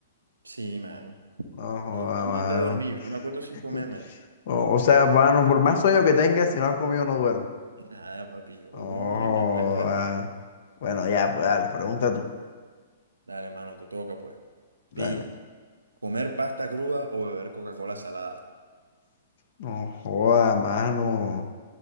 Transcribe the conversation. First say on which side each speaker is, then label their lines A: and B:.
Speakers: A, on the right; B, on the left.
A: Sí, mano.
B: No, joda,
A: Yo como
B: mano.
A: antes de dormir, yo no me acuerdo sin
B: <laughs>
A: comer, marico.
B: O, o sea, bueno, por más sueño que tengas, si no has comido, no duermes.
A: No. Nada, papi, yo
B: Oh,
A: como y me acuesto después.
B: ah. Bueno, ya, pues dale, pregunta tú.
A: Dale, mano, te toca, pues.
B: Dale.
A: Pilla. Comer pasta cruda o beber Coca-Cola salada.
B: No joda, mano.